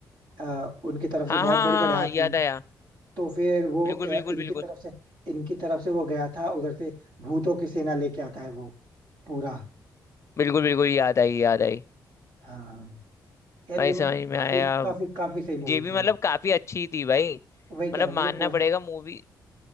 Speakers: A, on the right; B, on the left.
A: आ, उनकी तरफ
B: हाँ
A: से बहुत
B: हाँ
A: बड़े
B: हाँ
A: बड़े हाथी
B: हाँ, याद आया
A: तो फिर वो
B: बिल्कुल
A: अ,
B: बिल्कुल
A: इनकी
B: बिल्कुल
A: तरफ से इनकी तरफ से वो गया था उधर से भूतों की सेना लेके आता है वो पूरा
B: बिल्कुल बिल्कुल याद आई याद आई
A: हाँ यार
B: भाई
A: ये मतलब
B: समझ में
A: काफी
B: आया
A: काफी काफी सही मूवी
B: ये भी
A: थी भाई
B: मतलब काफी अच्छी थी भाई
A: वही कह
B: मतलब
A: रहा हूँ
B: मानना
A: मुझे
B: पड़ेगा मूवी